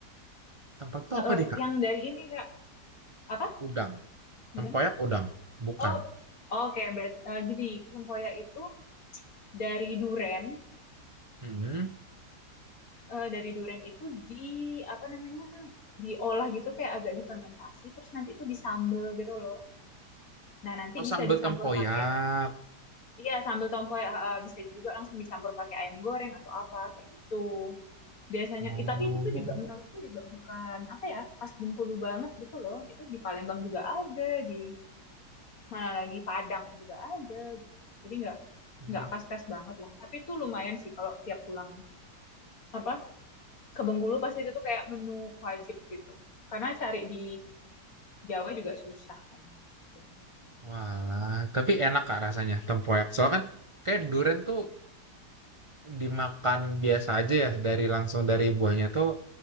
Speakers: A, on the right (about 35°); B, on the left (about 55°).
A: Tempat tuh
B: eh,
A: apa
B: eh,
A: deh, Kak?
B: yang dari ini Kak, apa?
A: Udang.
B: Gimana?
A: Tempoyak udang. Bukan.
B: Oh, oh, oke, berat eh, gini, tempoyak itu dari duren,
A: Mhm.
B: eh, dari duren itu di apa namanya? diolah gitu kayak agak difermentasi terus nanti itu disambel gitu loh. Nah, nanti
A: Oh,
B: bisa
A: sambal
B: dicampur
A: tempoyak.
B: pakai iya sambel tempoyak eh, eh, bisa juga langsung dicampur pakai ayam goreng atau apa kayak gitu. biasanya
A: Oh.
B: i- tapi itu tuh juga menurutku juga bukan apa ya khas Bengkulu banget gitu loh itu di Palembang juga ada di mana lagi Padang juga ada gitu jadi nggak
A: Hmm.
B: nggak khas-khas banget lah tapi itu lumayan sih kalau tiap pulang apa ke Bengkulu pasti itu tuh kayak menu wajib gitu karena cari di Jawa juga susah kan gitu.
A: Walah, tapi enak Kak rasanya tempoyak. Soalnya kan kayak durian tuh dimakan biasa aja ya, dari langsung dari buahnya tuh